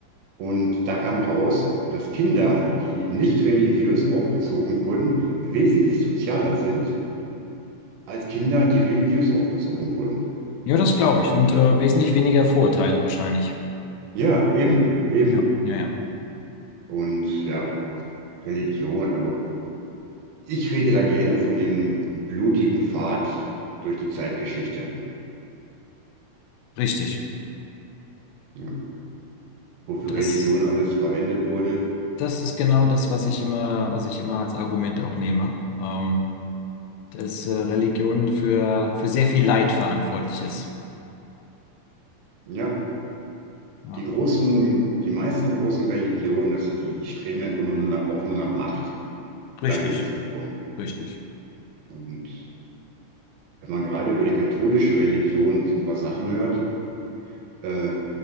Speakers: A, on the right; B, on the left.
A: Und da kam raus, dass Kinder, die nicht religiös aufgezogen wurden, wesentlich sozialer sind als Kinder, die religiös aufgezogen wurden.
B: Ja, das glaube ich. Und äh, wesentlich weniger Vorurteile wahrscheinlich.
A: Ja, eben, eben.
B: Ja, ja, ja.
A: Und ja, Religion, also ich rede da gerne von dem blutigen Pfad durch die Zeitgeschichte,
B: Richtig.
A: ja, wofür
B: Das,
A: Religion alles verwendet wurde.
B: das ist genau das, was ich immer, was ich immer als Argument auch nehme. Ähm, dass äh, Religion für, für sehr viel Leid verantwortlich ist.
A: Ja.
B: Ja.
A: Die großen, die meisten großen Religionen, das, die streben ja im Grunde nur nach, auch nur nach Macht.
B: Richtig,
A: Da geht es drum.
B: richtig.
A: Und wenn man gerade über die katholische Religion so ein paar Sachen hört, äh,